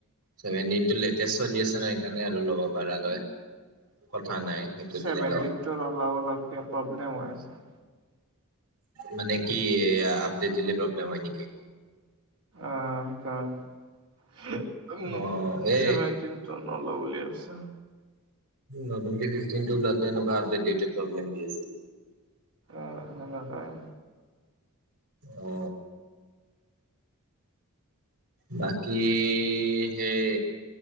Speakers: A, on the right; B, on the right.
A: ছেভেনটিণটো লেটেছ চলি আছে ন সেইকাৰণে আৰু ল'ব পাৰা তই? কথা নাই সেইটো
B: ছেভেনটিনটো
A: যদি ল
B: অলপ অলপ কে প্ৰব্লেম হৈছে?
A: মানে কি আপডেট দিলে প্ৰব্লেম হয় নিকি?
B: আহ সেইকাৰণে, হু উম
A: অ এ
B: চেভেনটিন ত নল বুলি ভাবিছ?
A: নতুনকে ছেভেনতিনটো ওলাওঁতে এনেকুৱা আপডেট দিওঁতে প্ৰব্লেম দি আছিল।
B: এ সেনেকোৱাই।
A: অ। বাকী সেই